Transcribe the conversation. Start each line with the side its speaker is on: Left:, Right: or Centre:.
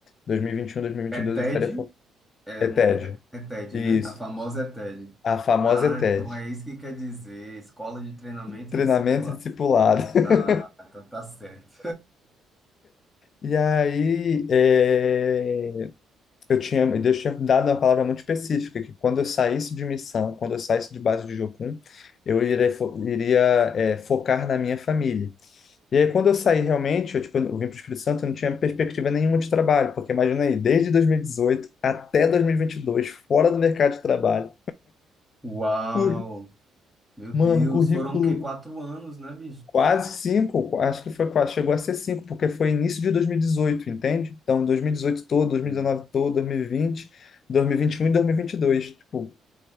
Left: 2021, 2022
Centre: É TED?
Left: eu estaria fo-
Centre: É,
Left: é
Centre: o
Left: TED
Centre: nome da- é TED,
Left: Isso.
Centre: né? A famosa é TED.
Left: A famosa
Centre: Ah,
Left: Ted
Centre: então é isso que quer dizer, Escola de Treinamento
Left: treinamento
Centre: Discipular.
Left: e discipulado. <laughs>
Centre: Ah, então tá certo.
Left: E aí, eh, eu tinha, Deus tinha dado uma palavra muito específica, que quando eu saísse de missão, quando eu saísse de base de Jocum, eu iria, fo- iria, eh, focar na minha família. E aí, quando eu saí realmente, eu, tipo, eu vim para o Espírito Santo, eu não tinha perspectiva nenhuma de trabalho, porque imagina aí, desde 2018 até 2022, fora do mercado de trabalho,
Centre: Uau!
Left: curr-
Centre: Meu Deus,
Left: mano, currículo
Centre: foram o quê? Quatro anos, né, bicho?
Left: Quase cinco, acho que foi, quase- chegou a ser cinco, porque foi início de dois mil e dezoito entende? Então, 2018 todo, 2019
Centre: Sim.
Left: todo, dois mil e vinte vinte vinte dois dois mil mil e vinte e um e dois mil e vinte e um dois tipo,